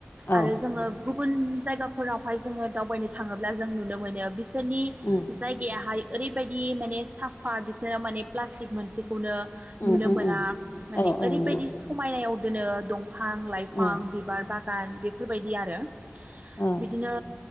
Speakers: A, on the left; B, on the right.
A: औ
B: आरो जोङो गुबुन जायगाफोरावहाय जोङो दावबायनो थाङोब्ला जों नुनो मोनो बि सोरनि
A: उम
B: जाय गाया ओरैबायदि माने साफा बिसोराव माने प्लास्टिक मोनसे <unintelligible> नुनो
A: उम
B: मोना
A: उम उम
B: माने
A: औ
B: ओरैबायदि
A: औ नङा
B: समायनायाव बिदिनो दं फां लाइफां
A: औ
B: बिबार बा गान बेफोरबायदि आरो
A: औ
B: बिदिनो